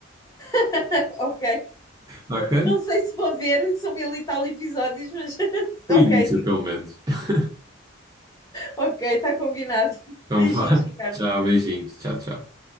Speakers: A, on the left; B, on the right.
A: <laughs> ok.
B: Ok?
A: Não sei se vou ver, são mil e tal episódios, mas <laughs>
B: O
A: ok.
B: início, pelo menos. <laughs>
A: Ok, está combinado.
B: Então
A: Beijinhos,
B: vá.
A: Ricardo.
B: Tchau, beijinhos. Tchau, tchau.